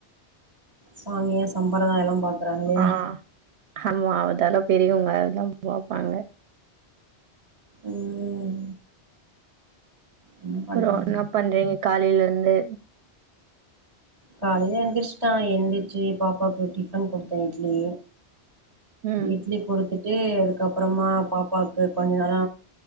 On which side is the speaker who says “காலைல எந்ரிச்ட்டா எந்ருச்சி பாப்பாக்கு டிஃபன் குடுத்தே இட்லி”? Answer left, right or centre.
Right